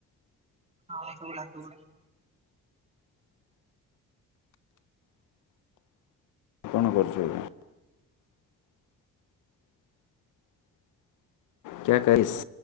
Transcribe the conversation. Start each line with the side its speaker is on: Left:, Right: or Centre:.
Right: ହଁ ଶୁଵିଲା ସୁବୁଛି।
Left: କଣ କରୁଚ ଏବେ? କ୍ୟା କରିସ୍